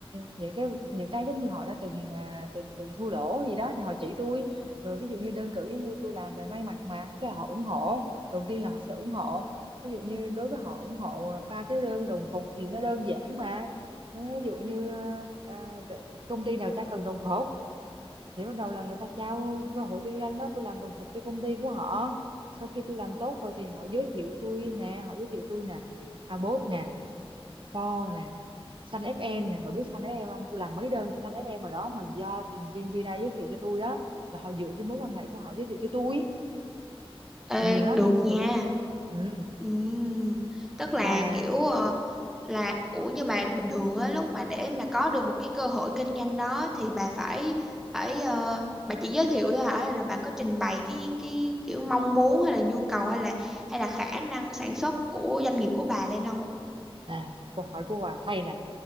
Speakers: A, on the right (about 55°); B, in the centre.
A: những cái những cái giống như họ đã từng ờ, từng từng thua lỗ gì đó thì họ chỉ tôi rồi ví dụ như đơn cử giống như tôi làm về may mặc mà cái họ ủng hộ đầu tiên là họ sẽ ủng hộ ví dụ như đối với họ ủng hộ ba cái đơn đồng phục thì nó đơn giản mà ví dụ như ờ, ờ, công ty nào chả cần đồng phục thì bắt đầu là người ta trao cơ hội kinh doanh đó tôi làm đồng phục cho công ty của họ sau khi tôi làm tốt rồi thì họ giới thiệu tôi nè họ giới thiệu tôi nè Abot nè Paul nè Sun FM nè bà biết Sun FM không tôi làm mấy đơn cho Sun FM mà đó mà do thành viên Vina giới thiệu cho tôi đó là họ dựa trên mối quan hệ của họ giới thiệu cho tôi
B: Ê,
A: nhiều lắm
B: được
A: nhiều người
B: nha
A: đó ừ.
B: Ừm, tức là
A: mà
B: kiểu ờ, là ủa nhưng mà bình thường á lúc mà để mà có được một cái cơ hội kinh doanh đó thì bà phải phải ờ, bà chỉ giới thiệu thôi hả hay là bà có trình bày cái cái kiểu mong muốn hay là nhu cầu hay là hay là khả năng sản xuất của doanh nghiệp của bà lên không
A: à câu hỏi của Hòa hay nè